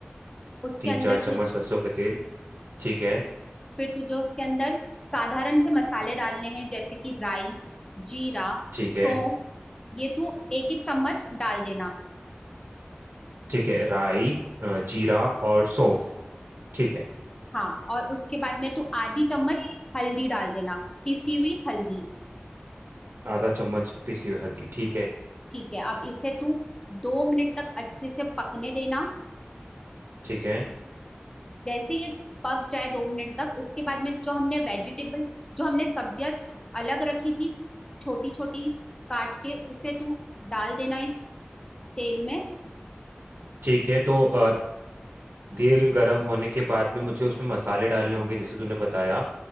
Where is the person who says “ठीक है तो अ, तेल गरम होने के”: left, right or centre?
Right